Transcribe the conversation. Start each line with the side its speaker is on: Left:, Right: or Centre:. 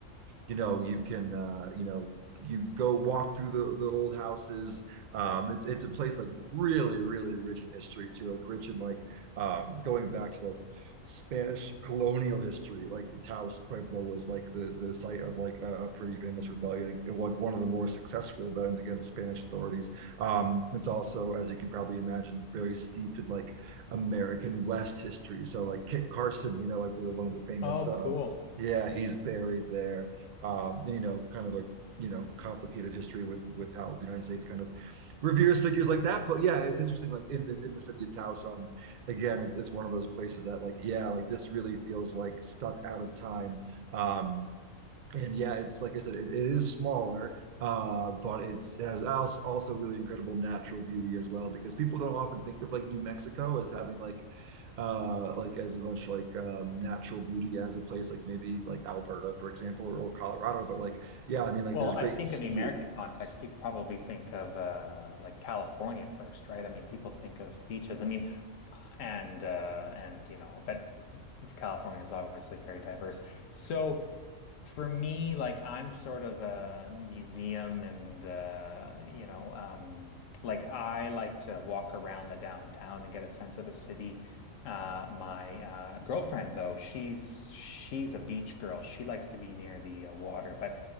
Right: you know you can uh, you know you go walk through the, the old houses. Um, it's it's a place like really really rich in history too, like rich in like um, going back to like Spanish colonial history. Like the Taos Pueblo was like the the site of like a, a pretty famous rebellion, it, was one of the more successful rebellions against Spanish authorities. Um, it's also, as you can probably imagine, very steeped in like American West history. So like Kit Carson, you know, like one of the famous.
Left: Oh,
Right: Uh,
Left: cool.
Right: yeah, he's buried there um, and you know, kind of like you know, complicated history with with how the United States kind of reveres figures like that. But yeah, it's interesting. Like in this in the city of Taos, um, again, it's it's one of those places that like yeah, like this really feels like stuck out of time. Um, and yeah, it's like I said, it, it is smaller, uh, but it's it has also also really incredible natural beauty as well because people don't often think of like New Mexico as having like uh like as much like um, natural beauty as a place like maybe like Alberta, for example, or, or Colorado. But like yeah, I mean like
Left: Well,
Right: there's great
Left: I think
Right: skiing
Left: in the American
Right: in
Left: context,
Right: Taos.
Left: people probably think of uh, like California first, right? I mean, people think of beaches. I mean, uh, and uh, and you know, but California is obviously very diverse. So. for me, like I'm sort of a museum and uh, you know, um, like I like to walk around the downtown and get a sense of a city. Uh, my uh, girlfriend though, she's she's a beach girl. She likes to be near the uh, water. But